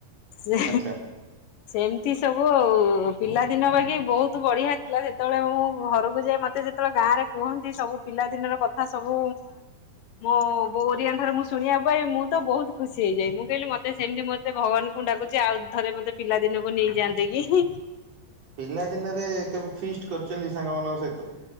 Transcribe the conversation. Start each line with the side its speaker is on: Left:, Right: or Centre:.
Left: ସେ
Right: ଆଚ୍ଛା।
Left: ସେମିତି ସବୁ ଆଉ। ପିଲା ଦିନ ବହୁତ ବଢିଆ ଥିଲା ସେତେବେଳେ ମୁଁ ଘରକୁ ଯାଇ ମତେ ଯେତେବେଳେ ଗାଁ ରେ କୁହନ୍ତି ସବୁ ପିଲାଦିନର କଥା ସବୁ ମୋ ଓଡ଼ିଆ ଘରୁ ମୁଁ ଶୁଣିବା ପାଇଁ ମୁଁ ତ ବହୁତ ଖୁସି ହେଇଯାଏ ମୁଁ କହିଲି ମତେ ସେମିତି ମତେ ଭଗବାନଙ୍କୁ ଡାକୁଛି ଆଉ ଥରେ ମତେ ପିଲାଦିନକୁ ନେଇଯାଆନ୍ତି କି?
Right: ପିଲାଦିନରେ କେବେ ଫିଷ୍ଟ କରିଛନ୍ତି ସାଙ୍ଗମାନଙ୍କ ସହିତ।